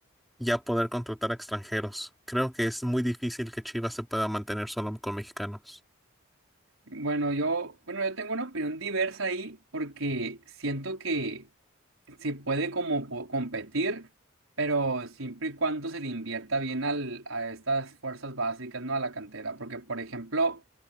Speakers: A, in the centre; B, on the right.
A: ya poder contratar a extranjeros. Creo que es muy difícil que Chivas se pueda mantener solo con mexicanos.
B: Bueno, yo, bueno, yo tengo una opinión diversa ahí porque siento que Sí puede como po- competir, pero siempre y cuando se le invierta bien al, a estas fuerzas básicas, ¿no? A la cantera. Porque, por ejemplo,